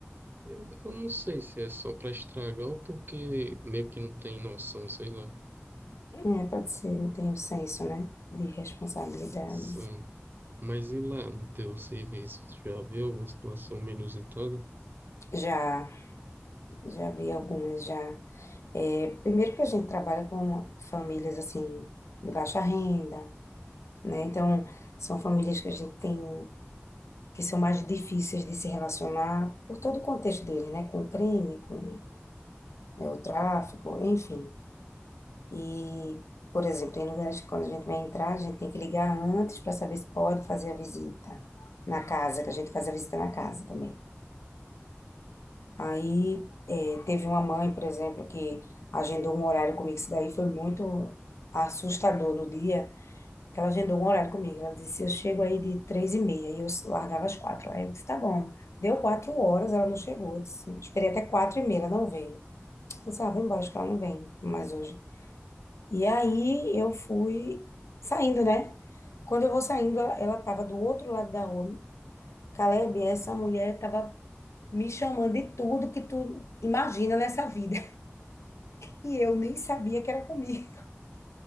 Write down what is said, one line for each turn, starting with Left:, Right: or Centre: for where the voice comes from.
Right: Eu, eu não sei se é só para estragar ou porque meio que não tem noção, sei lá.
Left: É, pode ser, não tem o senso, né? De responsabilidade.
Right: Sim. Mas e lá no teu serviço? Tu Já viu alguma situação menos inusitada?
Left: Já, já vi algumas já. É, primeiro que a gente trabalha com famílias assim de baixa renda, né? Então, são famílias que a gente tem que são mais difíceis de se relacionar por todo o contexto dele, né? Com o crime, com é, o tráfico, enfim. E, por exemplo, tem lugares que quando a gente vai entrar, a gente tem que ligar antes para saber se pode fazer a visita na casa, que a gente faz a visita na casa também. Aí é, teve uma mãe, por exemplo, que agendou um horário comigo. Isso daí foi muito assustador no dia, que ela agendou um horário comigo. Ela disse, eu chego aí de três e meia, e eu largava às quatro. Aí eu disse, tá bom. Deu quatro horas, ela não chegou. Eu disse, esperei até quatro e meia, ela não veio. Eu disse, ah, vou embora, acho que ela não vem mais hoje. E aí eu fui saindo, né? Quando eu vou saindo, ela, ela tava do outro lado da rua. Caleb, essa mulher tava me chamando de tudo que tu imagina nessa vida. E eu nem sabia que era comigo.